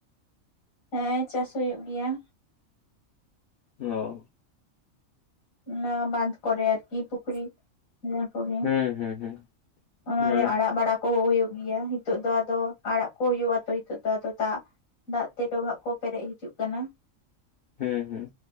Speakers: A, on the left; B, on the left.
A: ᱦᱮᱸ, ᱪᱟᱥ ᱦᱩᱭᱩᱜ ᱜᱮᱭᱟ ᱾
B: ᱚ ᱾
A: ᱚᱱᱟ ᱵᱟᱸᱫ ᱠᱚᱨᱮ ᱟᱨᱠᱤ ᱯᱩᱠᱷᱨᱤ ᱤᱭᱟᱹ ᱠᱟᱨᱮ,
B: ᱦᱩᱸ
A: ᱠᱚ
B: ᱦᱩᱸ ᱦᱩᱸ
A: ᱚᱱᱟᱨᱮ
B: ᱢᱟᱱᱮ
A: ᱟᱲᱟᱜ ᱵᱟᱲᱟ ᱠᱚ ᱦᱩᱭᱩᱜ ᱜᱮᱭᱟ, ᱱᱤᱛᱚᱜ ᱫᱚ ᱟᱫᱚ ᱟᱲᱟᱜ ᱠᱚ ᱦᱩᱭᱩᱜᱼᱟ ᱛᱚ ᱱᱤᱛᱚᱜ ᱫᱚ ᱟᱫᱚ ᱫᱟᱜ ᱾ ᱫᱟᱜ ᱛᱮ ᱰᱚᱵᱷᱟᱜ ᱠᱚ ᱯᱮᱨᱮᱡ ᱦᱤᱡᱩᱜ ᱠᱟᱱᱟ ᱾
B: ᱦᱮᱸ ᱦᱮᱸ,